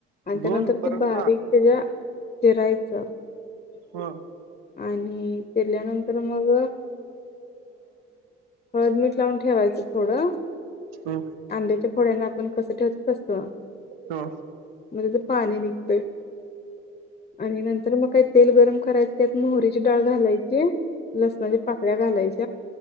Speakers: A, on the left; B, on the right.
A: आणि त्यानंतर
B: दोन
A: ते
B: परत
A: बारीक त्याच्या चिरायचं.
B: हो.
A: आणि केल्यानंतर मग अ हळद मिठ लावून ठेवायच थोडं.
B: ह
A: आंब्याच्या फोड्यांना आपण कस ठेवतच असत
B: ह
A: म्हणजेच पाणी निघत आणि नंतर मग काही तेल गरम कर करायची त्यात मोहरीची डाळ घालायची लसणाच्या पाकड्या घालायची